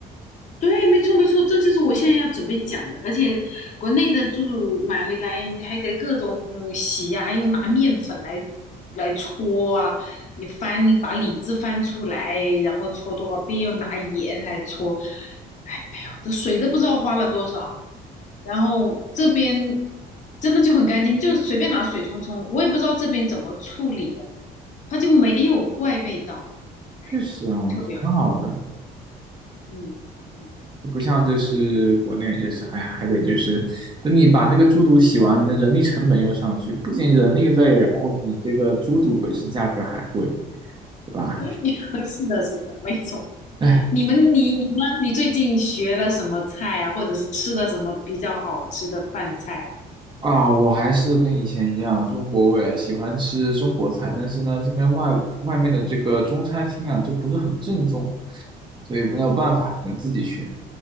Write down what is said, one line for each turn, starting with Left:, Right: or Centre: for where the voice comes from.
Left: 对，没错没错，这就是我现在要准备讲的。而且国内的猪肚买回来，你还得各种洗呀、又拿面粉来来搓啊，你翻把里子翻出来，然后搓多少遍，又拿盐来搓。哎哎呦，这水都不知道花了多少。然后这边真的就很干净，就随便拿水冲冲，我也不知道这边怎么处理的，它就没有怪味道，哎，
Right: 确实啊，
Left: 特别好。
Right: 挺好的，
Left: 嗯嗯。
Right: 就不像这是国内，就是还还得就是等你把那个猪肚洗完，你的人力成本又上去，不仅人力累，然后你这个猪肚本身价格还贵，对吧？
Left: <laughs> 嗯，是的，是的，没错。
Right: 哎
Left: 你们，你你呢？你最近学了什么菜啊？或者是吃的什么比较好吃的饭菜啊？
Right: 啊，我还是跟以前一样，中国胃，喜欢吃中国菜，但是呢，这边外外面的这个中餐厅啊，就不是很正宗，所以没有办法，只能自己学。